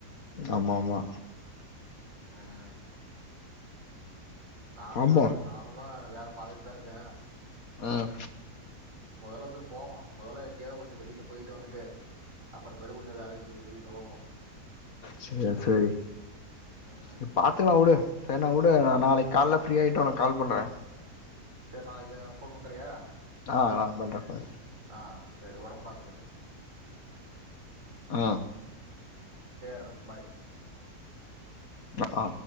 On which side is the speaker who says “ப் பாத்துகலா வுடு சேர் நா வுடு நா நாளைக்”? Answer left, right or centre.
Left